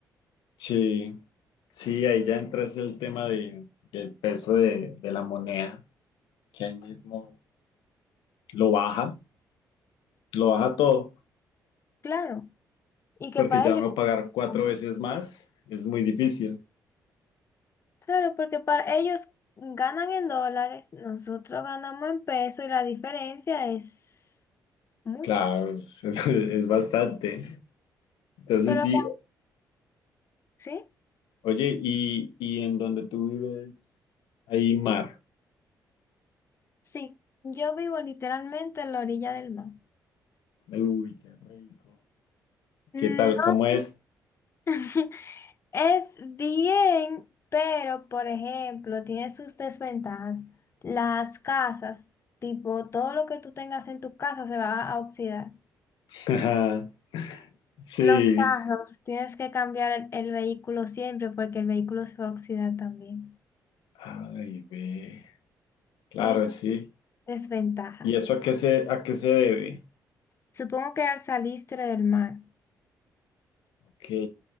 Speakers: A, on the left; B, on the left.
A: Sí, sí, ahí ya entra ese el tema de, del peso de, de la moneda, que ahí mismo lo baja, lo baja todo,
B: Claro, y que
A: porque
B: para
A: ya
B: ellos
A: uno
B: es
A: pagar
B: más
A: cuatro
B: común.
A: veces más es muy difícil.
B: Claro, porque para ellos ganan en dólares, nosotros ganamos en pesos y la diferencia es Mucha.
A: Claro, <laughs> es, es- es bastante. Entonces
B: Pero,
A: sí,
B: acá- ¿sí?
A: oye, y, y en donde tú vives, hay mar.
B: Sí. Yo vivo literalmente en la orilla del mar.
A: Uy, qué rico.
B: No.
A: ¿Qué tal? ¿Cómo es?
B: <laughs> Es bien, pero, por ejemplo, tiene sus desventajas. Las casas, tipo, todo lo que tú tengas en tu casa se va a oxidar.
A: <laughs> Sí.
B: Los carros, tienes que cambiar el, el vehículo siempre porque el vehículo se va a oxidar también.
A: Ay, ve. Claro,
B: Tiene sus
A: sí.
B: desventajas.
A: ¿Y eso a qué se, a qué se debe?
B: Supongo que al saliste del mar.
A: Ok.